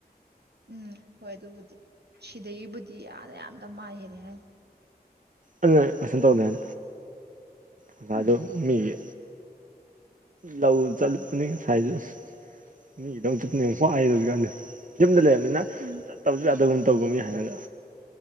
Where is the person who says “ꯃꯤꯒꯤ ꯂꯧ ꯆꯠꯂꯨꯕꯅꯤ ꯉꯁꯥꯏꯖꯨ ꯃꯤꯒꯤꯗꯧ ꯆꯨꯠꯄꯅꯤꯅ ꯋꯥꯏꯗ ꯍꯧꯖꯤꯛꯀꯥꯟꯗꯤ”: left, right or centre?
Right